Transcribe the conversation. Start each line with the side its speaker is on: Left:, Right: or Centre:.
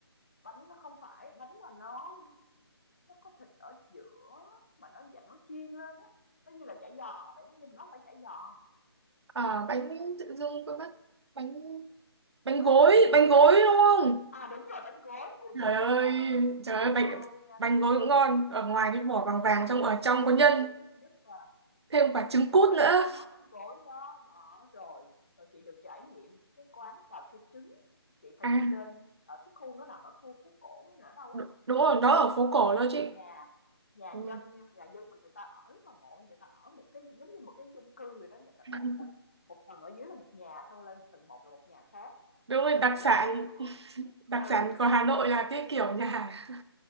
Left: Bánh nó không phải bánh mà nó nó có thịt ở giữa mà nó dạng nó chiên lên á, nó như là chả giò vậy đó, nhưng mà nó không phải chả giò,
Right: à, bánh tự dưng quên mất bánh bánh
Left: nó
Right: gối
Left: là bánh
Right: bánh
Left: gì
Right: gối
Left: á.
Right: đúng không
Left: À, đúng rồi, bánh gối, ôi
Right: trời
Left: trời
Right: ơi
Left: cái quán đó nó cực
Right: trời
Left: kỳ
Right: ơi
Left: ngon
Right: bánh
Left: luôn nha
Right: bánh
Left: Thảo
Right: gối
Left: nhá.
Right: cũng ngon ở ngoài cái vỏ vàng vàng
Left: Ừ,
Right: trong ở trong
Left: đấy,
Right: có nhân
Left: chị thích nhất là
Right: thêm
Left: chị
Right: quả
Left: nhất
Right: trứng cút
Left: rất là
Right: nữa
Left: thích cái món bánh gối đó đó rồi rồi chị được trải nghiệm cái quán cà phê trứng chị phải
Right: à
Left: đi lên ở cái khu nó nằm ở khu phố cổ hay là ở đâu
Right: đ-
Left: á
Right: đúng
Left: chị
Right: rồi
Left: phải đi
Right: đó
Left: vô
Right: ở phố
Left: cái nhà
Right: cổ đó chị
Left: nhà nhà
Right: Ừ,
Left: dân nha, nhà dân mà người ta ở rất là ngộ người ta ở một cái giống như một cái chung cư vậy đó người ta
Right: Đúng
Left: một một một tầng ở dưới là một nhà xong lên tầng một là một nhà khác
Right: rồi,
Left: rồi
Right: đặc
Left: lại lên
Right: sản
Left: sân thượng
Right: đặc
Left: ừ
Right: sản của Hà Nội
Left: rồi lại
Right: là
Left: lên
Right: cái
Left: sân
Right: kiểu
Left: thượng
Right: nhà hàng.